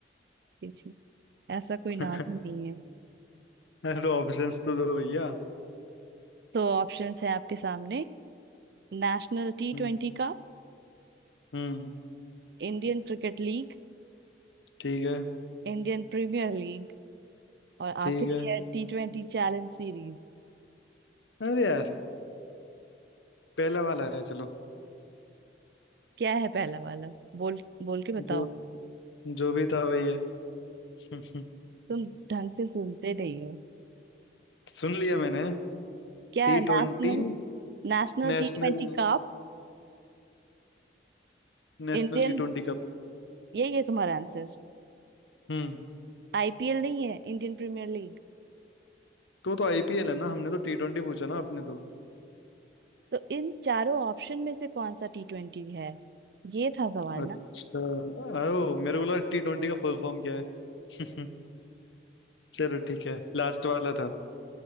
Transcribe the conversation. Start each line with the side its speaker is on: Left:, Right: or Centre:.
Right: जी जी ऐसा कोई
Left: <laughs>
Right: नाम ही नहीं है
Left: अरे तो ऑप्शंस तो दो भैया
Right: तो ऑप्शंस हैं आपके सामने National टी
Left: हम्म
Right: ट्वेंटी cup
Left: हम्म,
Right: Indian cricket league
Left: ठीक है
Right: Indian premier league और
Left: ठीक
Right: आखिरी
Left: है
Right: है टी ट्वेंटी चैलेंज सीरीज
Left: अरे यार पहला वाला है चलो
Right: क्या है पहला वाला बोल बोल के बताओ
Left: जो जो भी था वही है <laughs>
Right: तुम ढंग से सुनते नहीं हो
Left: सुन लिया मैंने
Right: क्या
Left: T
Right: है? National
Left: twenty
Right: National
Left: National
Right: T twenty cup
Left: national
Right: Indian
Left: T twenty cup
Right: यही है तुम्हारा आंसर
Left: हम्म
Right: आईपीएल नहीं है इंडियन प्रीमियर लीग
Left: तो तो आईपीएल है ना हमने तो टी ट्वेंटी पूछा ना आपने तो
Right: तो इन चारों ऑप्शन में से कौन सा टी ट्वेंटी है ये था सवाल
Left: अच्छा
Right: ना
Left: ओ मेरे को लगा टी ट्वेंटी का फुल फॉर्म क्या है <laughs> चलो ठीक है लास्ट वाला था